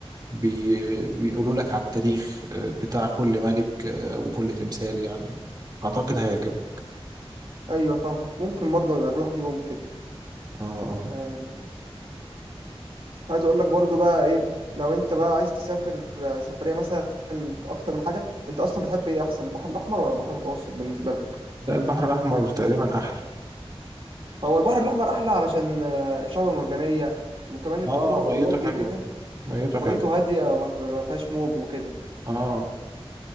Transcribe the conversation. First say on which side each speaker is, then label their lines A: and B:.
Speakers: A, on the right; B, on the right.
A: بي بيقولوا لك على التاريخ آه، بتاع كل ملك آه، وكل تمثال يعني أعتقد هيعجبك
B: ايوه فاهمك ممكن برضه نبقى نروح يوم كده
A: آه آه.
B: آه، كنت عايز اقول لك برضه بقى ايه لو انت بقى عايز تسافر آه، سفريه مثلا في اكتر من حاجه انت اصلا بتحب ايه احسن البحر الاحمر ولا البحر المتوسط بالنسبه لك
A: لا البحر الأحمر تقريبا أحلى
B: هو البحر الاحمر احلى علشان آه، شعب مرجانيه وكمان الموج
A: آه
B: بيبقى
A: ميته
B: واطي
A: حلوة
B: كده
A: ميته
B: وميته
A: حلوة
B: هاديه وما ما فيهاش موج وكده
A: آه